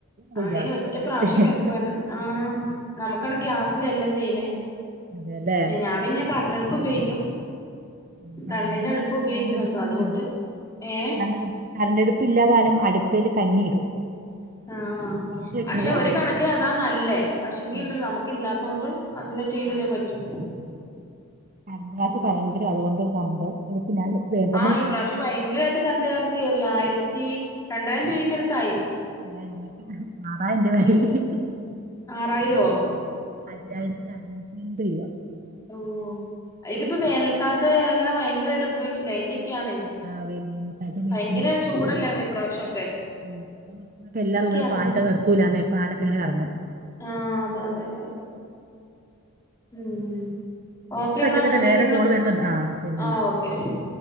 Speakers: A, on the left (about 15°); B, on the right (about 40°).
A: അവിടെനെ
B: ഓ ഗ്യാസിന്റെ
A: ഒറ്റ
B: വില
A: പ്രാവശ്യം
B: പേ-
A: വെപ്പ് ആ നമുക്ക ഗ്യാസ് എല്ലാം ചെയ്യുന്നേ
B: അതെല്ലേ
A: ഞാൻ പിന്നെ കറണ്ടടുപ്പ് ഉപയോഗിക്കും
B: മ്
A: കറണ്ടിന്റെ
B: കരണ്ട്
A: അടുപ്പ്
B: കണ്
A: ഉപയോഗിക്കുന്നുണ്ട്
B: കര്ണ്ടടുപ്പൊന്നുല്ലാ
A: അതുകൊണ്ട് ഏ
B: കര്ണ്ടടു കരണ്ടടുപ്പില്ല്യാ കാര്നം <unintelligible>
A: ആ ആ
B: ചോറ് വെക്കണത്
A: പക്ഷെ ഒരു കണക്ക്‌ അതാ നല്ലേ പക്ഷെങ്കിണ്ടല്ലോലമ്ക്കില്ലാത്തൊണ്ട്
B: ഉം
A: അതല്ലെ ചെയ്തല്ലേ
B: ആ
A: പറ്റൂ
B: കറണ്ട് കാശ്
A: മ് മ്
B: ഭയങ്കര
A: മം
B: അതുകൊണ്ട് കറണ്ട് എടുത്ത് ഞാൻ വേണ്ടെന്ന്
A: ആ
B: വെച്ചു
A: ഇപ്രാവശ്യം വയങ്കരമായിട്ട് കര്ണ്ട് ചാർജ് കേറിയ ആയിരത്തി രണ്ടായിരം രൂപക്കടുത്തായി
B: <unintelligible> ആറായിരം രൂപ ആയി <unintelligible>
A: ബില്ല് ആറായിരോ
B: അയ്യായ്രത്തി അർനൂറ്റയ്മ്പ് ഇരുവ്
A: ഓ ഇതിപ്പോ വേനൽക്കാലത്തെ എല്ലം വയങ്കരായിട്ടുപയോഗിച്ചില്ലെ അയ്ന്റെ <unintelligible> യാണ്
B: ആ വേനൽക്കാലത്ത് ഉപയോഗിച്ചതിന്റെ
A: ഭയങ്കര ചൂടല്ലേയ്ര്ന്ന ഇപ്രാവശ്യം
B: <inaudible> എല്ലാ റൂമിലും
A: അങ്ങനെയാണ്
B: ഫാനിട്ട നിർത്തൂല ന്ന് ഫാനൊക്കെങ്ങനെ കറങ്ങും
A: ആ അതെ അതെ അതെ അതെ മ് ഓക്കേന്നാ
B: എന്നാ വെച്ചേക്കട്ടെ
A: ശരിന്നാ
B: വേറെ കോള് വരുന്നുണ്ട് ആ ശരി
A: ആ
B: എന്നാ
A: ഓക്കെ ശരി